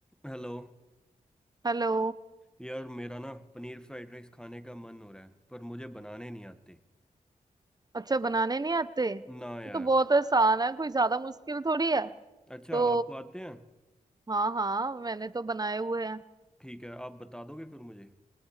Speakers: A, in the centre; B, on the right.
A: Hello
B: Hello
A: यार मेरा ना पनीर फ्राइड राइस खाने का मन हो रहा है पर मुझे बनाने नहीं आते
B: अच्छा बनाने नहीं आते ये
A: ना यार
B: तो बहुत आसान है कोई ज्यादा मुश्किल थोड़ी है
A: अच्छा
B: तो
A: आपको आते हैं
B: हाँ हाँ मैंने तो बनाए हुए हैं
A: ठीक है आप बता दोगे फिर मुझे